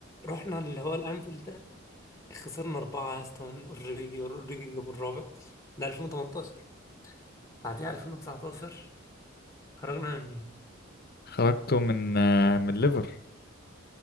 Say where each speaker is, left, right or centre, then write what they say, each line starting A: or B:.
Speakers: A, on the left; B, on the left.
A: رحنا اللي هو الأنفيلد ده خسرنا أربعة يا اسطى من أوريجي أوريجي جاب الرابع ده 2018 بعديها 2019 خرجنا من مين؟
B: خرجته من آه، من ليفر